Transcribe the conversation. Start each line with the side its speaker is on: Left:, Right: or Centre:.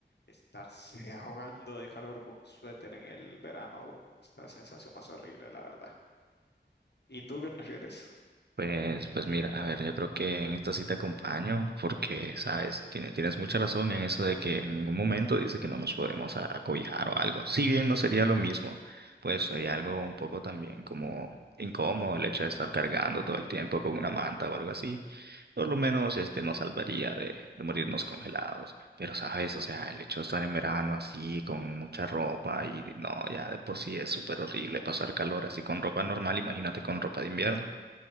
Left: estarse ahogando de calor con un suéter en el verano, uf, es la sensación más horrible, la verdad. ¿Y tú qué prefieres?
Right: Pues, pues mira, a ver, yo creo que en esta sí te acompaño porque, sabes, tienes, tienes mucha razón en eso de que en ningún momento dice que no nos podemos a- acobijar o algo. Si bien no sería lo mismo, pues sería algo un poco también como incómodo el hecho de estar cargando todo el tiempo con una manta o algo así. Por lo menos este nos salvaría de, de morirnos congelados. Pero, sabes, o sea, el hecho de estar en verano así con mucha ropa y no, ya de por sí es súper horrible pasar calor así con ropa normal, imagínate con ropa de invierno.